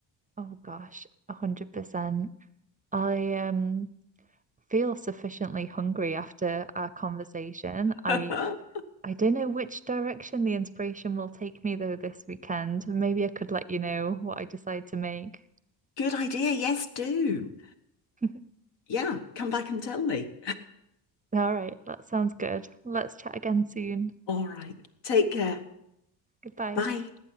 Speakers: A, on the right; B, on the left.
A: Oh gosh, 100%. I um feel sufficiently hungry after our conversation. I
B: <laughs> Good
A: I don't know which direction the inspiration will take me though this weekend. Maybe I could let you know what I decide to make.
B: idea. Yes, do.
A: <laughs> All
B: Yeah. Come back and tell me.
A: right, that sounds good. Let's chat again soon.
B: All right. Take care.
A: Goodbye.
B: Bye.